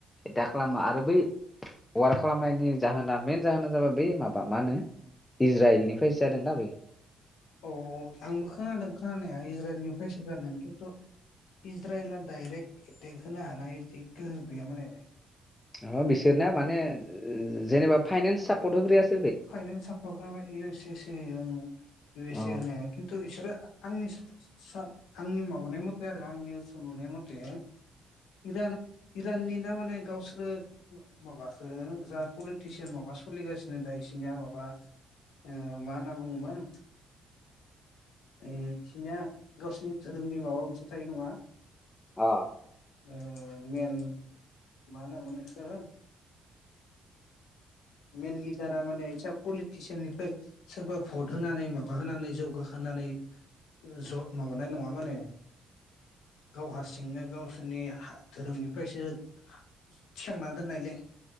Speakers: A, on the left; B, on the left.
A: दा खालामा आरो बै वार खालामनायनि जाहोना मेन जाहोना जाबाय बै माबा मानो इज्राइलनिफ्रायसो जादोंदा बे
B: औ औ आंबो खोनादों खोनानाया इज्राइल निफ्रायसो जादों खिन्थु। इज्रायेल डायरेक्ट एटेक होनो हानाय इदि गोहो गैयामोन आरो।
A: नबा बिसोरना माने जेनेबा फाइनेन्स सापर्ट होग्रायासो।
B: फाइनेन्स सापर्ट खालामबाय इउ एप सि सि इयो इउ
A: अ
B: एस ए होनाया खिन्थु बिसोरो आंनि सान आंनि माबानाय मथ ओमफाय आरो आं निउसाव नुनाय मथे इरान इराननि ना माने गावसोरो माबाखो जा पलिटिसियान माबा सोलिगासिनो। दा बिसनिया माबा ओ मा होनना बुङोमोन। ओइ खिनिया गावसोरनि धोरोमनि माबा मोनसे थायो नङा?
A: आ
B: ओ मेन मा होनोमोन इखो? मेन लिडारा माने इसा पलिटिसियाननिफ्राय सोरबा भट होनानै माबा होनानै जौगाहोनानै ज' माबानाय नङा माने गाव हारसिंनो गावसोरनि धोरोमनिफ्रायसो थिखांना दोननायलै